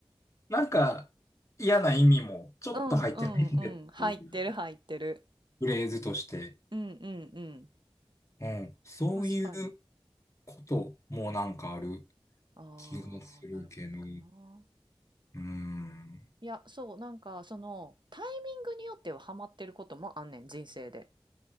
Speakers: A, on the left; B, on the right.
A: なんか嫌な意味もちょっと入ってないねっていう
B: うんうんうん、入ってる入ってる。
A: フレーズとして、
B: うんうんうん。
A: うん、そういう
B: 確かに。
A: こともなんかある
B: ああ、
A: 気がするけど、
B: なるほどな。
A: うん。
B: いや、そう、なんか、その、タイミングによってはハマってることもあんねん、人生で。